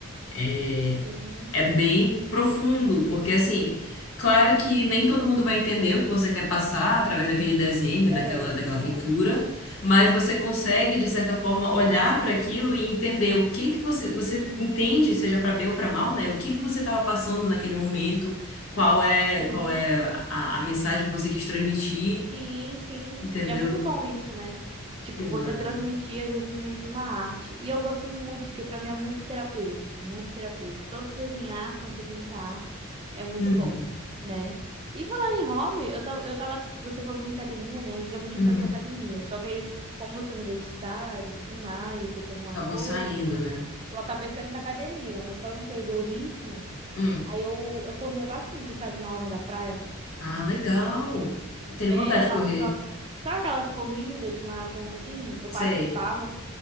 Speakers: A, on the left; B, on the right.
A: é,
B: Sim,
A: é bem profundo, porque assim, claro que nem todo mundo vai entender o que você quer passar através daquele desenho,
B: é,
A: daquela,
B: isso
A: daquela
B: é verdade.
A: pintura, mas você consegue, de certa forma, olhar para aquilo e entender o que que você, você entende, seja para bem ou para mal, né? O que que você estava passando naquele momento, qual é,
B: Sim.
A: qual é a, a mensagem que você quis transmitir,
B: Sim, sim.
A: entendeu?
B: É muito bom isso, né? Tipo,
A: Exato.
B: você transmitir, às vezes, no meio de uma arte. E eu gosto muito, porque pra mim é muito terapêutico, muito terapêutico. Tanto desenhar quanto pintar é muito
A: Uhum.
B: bom, né? E falando em hobby, eu tava, eu tava, você falando de academia, né? Antigamente
A: Uhum.
B: eu fazia academia, só que aí, como eu se mudei de cidade e tudo mais, enfrentei algumas
A: Acabou
B: coisas,
A: saindo,
B: eu,
A: né?
B: eu acabei saindo da academia, mas pra não perder o ritmo,
A: Hum.
B: aí eu, eu corria bastante, sabe, na orla da praia.
A: Ah, legal. Eu tenho
B: É,
A: vontade
B: eu
A: de
B: participava.
A: correr.
B: Sabe aquelas corridas de maratona assim? Eu
A: Sei.
B: participava.